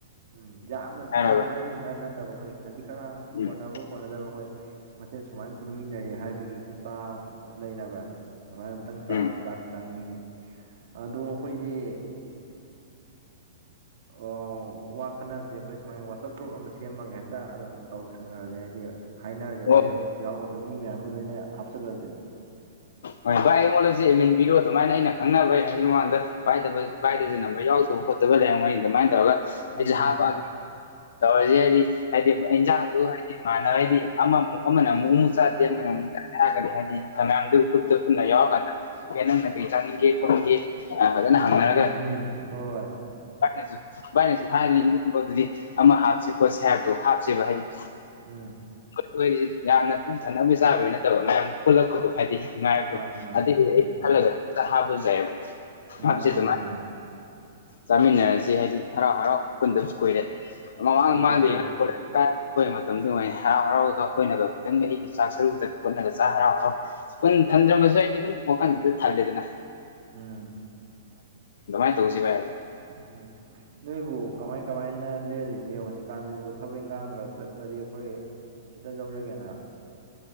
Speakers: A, on the right; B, on the left.
A: ꯎꯝ ꯌꯥꯝꯅ
B: ꯍꯥꯏꯔꯕ
A: ꯆꯥꯁꯦ ꯍꯥꯏꯕꯒꯤ ꯅꯠ ꯅꯠ ꯇꯕ ꯑꯩꯈꯣꯏ ꯈꯖꯤꯛ ꯈꯔꯥꯡ
B: ꯎꯝ
A: ꯀꯣꯟꯅꯕ꯭ꯔꯥ ꯀꯣꯟꯅꯗꯕ꯭ꯔꯥ ꯑꯩꯈꯣꯏ ꯃꯁꯦꯟ ꯁꯨꯃꯥꯏꯅ ꯄꯨꯟꯃꯤꯟꯅꯔꯤ ꯍꯥꯏꯕꯒꯤ ꯈꯨꯠꯁꯥ ꯂꯩꯅ ꯚꯥꯏ ꯑꯗꯨꯃꯥꯏꯅ ꯑꯝꯇꯪ ꯆ
B: ꯎꯝ
A: ꯆꯥꯅꯤꯡꯉꯤ ꯑꯗꯣ ꯑꯩꯈꯣꯏꯒꯤ ꯑꯣ ꯋꯥ ꯈꯠꯅꯕꯁꯦ ꯑꯩꯈꯣꯏ ꯁꯨꯃꯥꯏꯅ ꯋꯥꯆꯞ ꯒ꯭ꯔꯨꯞ ꯑꯃ ꯁꯦꯝꯃꯒꯦ ꯍꯦꯛꯇ ꯑꯗꯨꯝ ꯇꯧ ꯁꯨꯅꯔꯁꯦ ꯍꯥꯏꯗꯤ ꯍꯥꯏꯅꯔꯁꯦ ꯍꯣꯔꯦꯟ
B: ꯑꯣ
A: ꯌꯥꯎꯒ ꯑꯗꯨꯣ ꯃꯤ ꯃꯌꯥꯝꯗꯣ ꯅꯣꯏꯅ ꯍꯥꯞꯆꯤꯜꯂꯁꯦ
B: ꯍꯣꯏ ꯚꯥꯏ ꯑꯩꯉꯣꯟꯗ ꯆ ꯌꯦꯃꯤꯟ ꯄꯤꯔꯛꯑꯣ ꯑꯗꯨꯃꯥꯏꯅ ꯑꯩꯅ ꯈꯪꯅꯕꯩ ꯍꯥꯏꯗꯤ ꯃꯃꯥꯡꯗ ꯄꯥꯏꯗꯁꯦ
A: ꯎꯝ
B: ꯅꯝꯕꯔ ꯌꯥꯎꯗ ꯇ ꯈꯣꯠꯇꯕ ꯂꯩꯔꯝꯒꯅꯤ ꯑꯗꯨꯃꯥꯏꯅ ꯇꯧꯔꯒ
A: ꯎꯝ
B: ꯑꯩꯁꯦ ꯍꯥꯞꯄꯛꯑꯒꯦ ꯇꯧꯔꯁꯦ ꯍꯥꯏꯗꯤ ꯍꯥꯏꯗꯤ ꯏꯟꯖꯥꯡꯗꯨ ꯍꯥꯏꯗꯤ ꯃꯥꯅ ꯍꯥꯏꯗꯤ ꯑꯃꯃꯨꯛ ꯑꯃꯅ ꯑꯃꯨꯛ ꯅꯨ ꯆꯥꯗꯦ ꯑꯃꯅ ꯑꯃꯨꯛꯒꯅꯤ ꯍꯥꯏꯗꯤꯈ ꯃꯌꯥꯝꯗꯨ ꯒ꯭ꯔꯨꯞꯇ ꯄꯨꯟꯅ ꯌꯥꯎꯔꯀꯥꯟꯗ ꯑꯦ ꯅꯪꯅ ꯀꯩ ꯆꯥꯅꯤꯡꯒꯦ ꯈꯣꯠꯅꯤꯡꯒꯦ ꯐꯖꯅ
A: ꯎꯝ
B: ꯍꯪꯅꯔꯒ
A: ꯎꯝ ꯎꯝ ꯍꯣꯏ ꯍꯣꯏ
B: ꯚꯥꯏꯅꯁꯨ ꯚꯥꯏꯅꯁꯨ ꯍꯥꯏꯗꯅ ꯏꯔꯣꯟꯝꯕꯗꯨꯗꯤ ꯑꯃ ꯍꯥꯞꯁꯤ ꯈꯣꯠꯁꯤ ꯍꯥꯏꯕ ꯑꯗꯨ ꯍꯥꯞꯁꯦꯕ ꯍꯥꯏꯗꯤ
A: ꯎꯝ
B: ꯑꯩꯣꯏꯁꯤ ꯌꯥꯝꯅ ꯄꯨꯛ ꯊꯛꯅꯕꯒꯤ ꯆꯥꯕꯒꯤ ꯅꯠꯇꯕ ꯃꯌꯥꯝ ꯄꯨꯜꯂꯛꯄꯗꯣ ꯍꯥꯏꯗꯤ ꯅꯨꯡꯉꯥꯏꯕꯗꯣ
A: ꯃꯥꯅꯦ ꯃꯥꯅꯦ
B: ꯑꯗꯩ ꯑꯩ
A: ꯎꯝ
B: ꯈꯜꯂꯒ ꯑꯝꯇ ꯍꯥꯞꯄꯖꯨ ꯖꯥꯏꯌꯦꯕ
A: ꯎꯝ
B: ꯐꯥꯝꯁꯤ
A: ꯃꯥꯅꯦ
B: ꯑꯗꯨꯃꯥꯏꯅ
A: ꯃꯥꯅꯦ
B: ꯆꯥꯃꯤꯟꯅꯔꯁꯤ ꯍꯥꯏꯗꯤ ꯍꯔꯥꯎ-ꯍꯔꯥꯎ ꯄꯨꯟꯗꯕꯁꯨ ꯀꯨꯏꯔꯦ ꯃꯃꯥꯡ-ꯃꯥꯡꯗꯒꯤ
A: ꯀꯨꯏꯔꯦ ꯀꯨꯏꯔꯦ
B: ꯀꯣꯂꯦꯁ ꯀ ꯑꯩꯈꯣꯏ ꯃꯇꯝꯗꯨ ꯑꯣꯏ ꯍꯔꯥꯎ ꯍꯔꯥꯎꯒ ꯑꯩꯈꯣꯏꯅꯒ ꯈꯤꯇꯪ ꯑꯩꯒꯤ ꯆꯥꯛ ꯁꯔꯨꯗ ꯄꯨꯣꯠꯅꯒ ꯆꯥꯛ ꯍꯔꯥꯎ ꯍꯔꯥꯎ ꯈꯨꯈꯟ ꯊꯝꯗ꯭ꯔꯃꯁꯨ ꯑꯩꯗꯤ ꯑꯗꯨꯝ ꯋꯥꯈꯜꯁꯤꯗ ꯊꯜꯂꯦꯗꯅ
A: ꯎꯝ
B: ꯗꯨꯃꯥꯏ ꯇꯧꯁꯤ ꯚꯥꯏ
A: ꯎꯝ ꯅꯣꯏꯕꯨ ꯀꯃꯥꯏ-ꯀꯃꯥꯏꯅ ꯂꯦꯜꯂꯤꯒꯦ ꯍꯧꯖꯤꯛꯀꯥꯟꯁꯤꯕꯨ ꯊꯕꯛ ꯏꯪꯒꯥꯡꯒ ꯆꯠ ꯎꯂꯗꯤ ꯑꯩꯈꯣꯏ ꯈꯤꯇꯪ ꯌꯧꯖꯒꯦꯅ